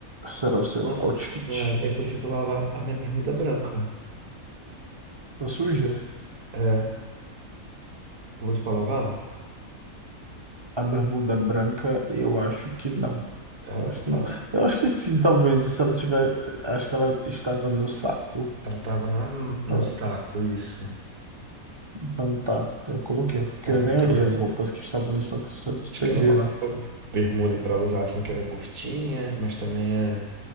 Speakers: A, on the right; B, on the right.
A: será o seu
B: Nossa,
A: outfit?
B: é, eu preciso lavar a minha bermuda branca.
A: Tá suja?
B: É, tem botou pra lavar?
A: A bermuda branca, eu acho que não.
B: Ela
A: Eu acho
B: tá,
A: que não.
B: então
A: Eu acho que sim, talvez. Se ela tiver. Acho que ela estava no saco.
B: ela tava na, no
A: Ah,
B: saco, isso.
A: Então tá. Então eu coloquei, porque
B: Tá,
A: eu nem
B: eu quero
A: olhei
B: lavar.
A: as roupas que estavam no saco, só despejei
B: Acho que ela é uma
A: lá.
B: boa bermuda pra usar, assim, que ela é curtinha, mas também é,